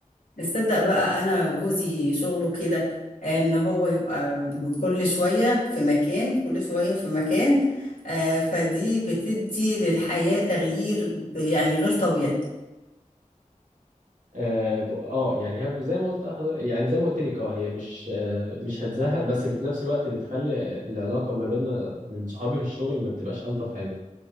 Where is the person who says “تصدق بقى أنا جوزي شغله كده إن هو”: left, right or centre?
Left